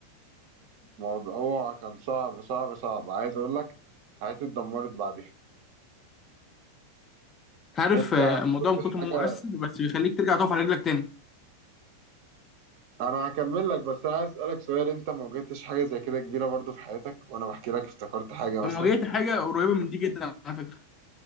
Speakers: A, on the right; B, on the left.
A: فالموضوع كان صعب صعب صعب عايز أقول لك حياتي اتدمرت بعدها
B: عارف
A: أنت
B: آه،
A: ما
B: الموضوع
A: شفتش
B: من كتر ما
A: حاجة
B: هو مؤثر بس بيخليك ترجع تقف على رجلك تاني
A: انا هكمل لك بس انا عايز اسالك سؤال انت ما واجهتش حاجه زي كده كبيره برضو في حياتك وانا بحكي لك افتكرت حاجه مثلا
B: انا واجهت حاجه قريبه من دي جدا على فكره